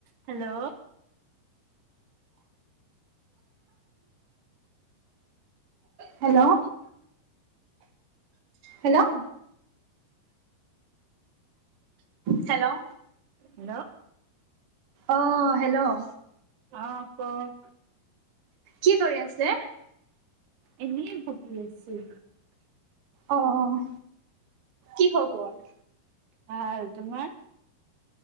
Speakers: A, on the right; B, on the right.
A: Hello
B: hello hello hello
A: hello
B: অ', hello
A: অ', কওক।
B: কি কৰি আছে?
A: এনেই বহি আছোঁ।
B: অ', কি খবৰ?
A: ভাল তোমাৰ?